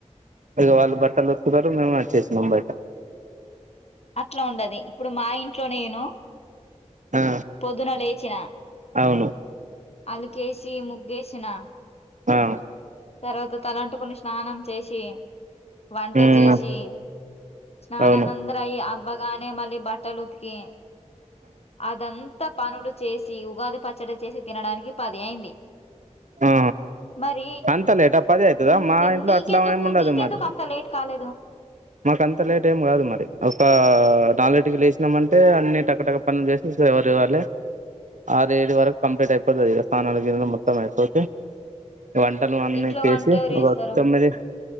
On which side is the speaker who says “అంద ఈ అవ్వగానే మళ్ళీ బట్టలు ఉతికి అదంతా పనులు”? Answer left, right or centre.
Left